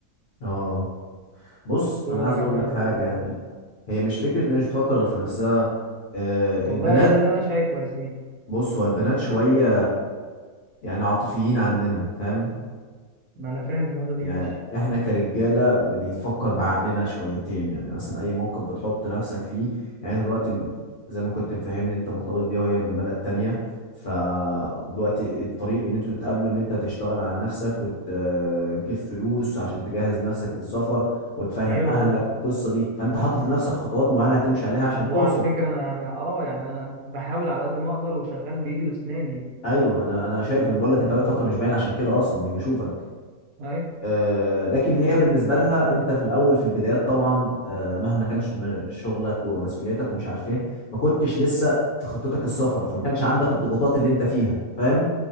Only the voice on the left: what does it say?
اه بص
انا عايز
اقول
لك
حاجه
يعني
هي مش فكره ان هي مش بتفكر غير في نفسها آه،
البنات
بص هو البنات شويه يعني عاطفيين عننا فاهم
يعني
احنا كرجاله بنفكر بعقلنا شويتين يعني مثلا اي موقف بتحط نفسك فيه يعني انت دلوقتي م- زي ما كنت مفهمني انت مرتبط بيها وهي من بلد تانية فدلوقتي الطريق ان انتوا تتقابلوا ان انت تشتغل على نفسك وتجيب فلوس عشان تجهز نفسك للسفر وتفهم
اهلك
والقصه دي فانت حاطط لنفسك خطوات معينه هتمشي عليها عشان
توصل
ايوه ما انا انا شايف ان بقول لك انت بقالك فتره مش باين عشان كده اصلا مش بشوفك
آه، لكن هي بالنسبة لها انت في الاول في البدايات طبعا آه، مهما كانش م- شغلك ومسؤولياتك ومش عارف ايه ما كنتش لسه في خطتك السفر فما كانش عندك الضغوطات اللي انت فيها فاهم